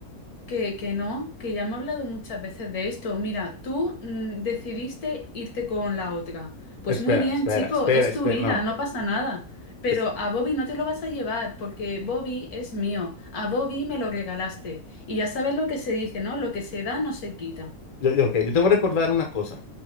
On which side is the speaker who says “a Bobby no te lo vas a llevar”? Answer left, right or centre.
Left